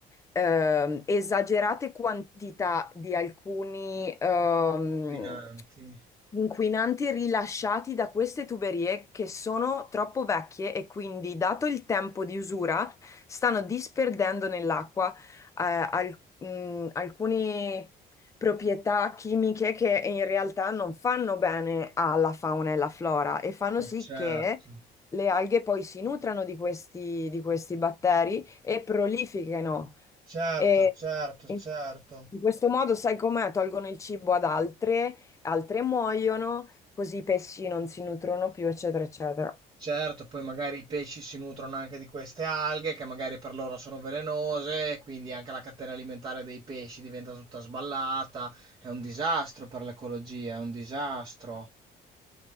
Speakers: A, on the left; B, on the right.
A: ehm, esagerate quantità di alcuni, ehm,
B: Inquinanti.
A: Inquinanti rilasciati da queste tuberie che sono troppo vecchie e quindi, dato il tempo di usura, stanno disperdendo nell'acqua eh, al- mh, alcune proprietà chimiche che in realtà non fanno bene alla fauna e alla flora e fanno
B: Ma
A: sì
B: certo.
A: che le alghe poi si nutrano di questi, di questi batteri e prolifichino.
B: Certo,
A: E,
B: certo,
A: e
B: certo.
A: in questo modo, sai com'è? Tolgono il cibo ad altre altre muoiono, così i pesci non si nutrono più, eccetera, eccetera.
B: Certo, poi magari i pesci si nutrono anche di queste alghe che magari per loro sono velenose, quindi anche la catena alimentare dei pesci diventa tutta sballata. È un disastro per l'ecologia, è un disastro.